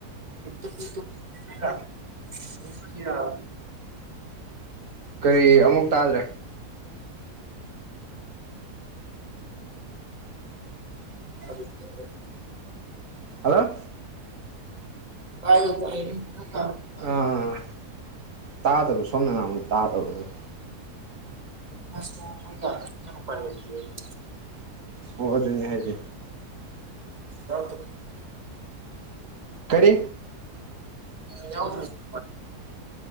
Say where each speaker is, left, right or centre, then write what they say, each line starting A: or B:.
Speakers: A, on the right (about 30°); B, on the right (about 55°).
A: <unintelligible>
B: ꯀꯔꯤ ꯑꯃꯨꯛ ꯇꯥꯗ꯭ꯔꯦ
A: <unintelligible>
B: ꯍꯥꯜꯂꯣ
A: ꯇꯏꯌꯦ ꯇꯏꯌꯦ <unintelligible>
B: ꯑꯥ ꯇꯥꯗꯕ ꯁꯣꯝꯅ ꯉꯥꯡꯕꯗꯨ ꯇꯥꯗꯕ ꯑꯗꯨꯏ
A: <unintelligible>
B: ꯑꯣ ꯑꯗꯨꯅꯦ ꯍꯥꯏꯁꯦ
A: <unintelligible>
B: ꯀꯔꯤ
A: <unintelligible>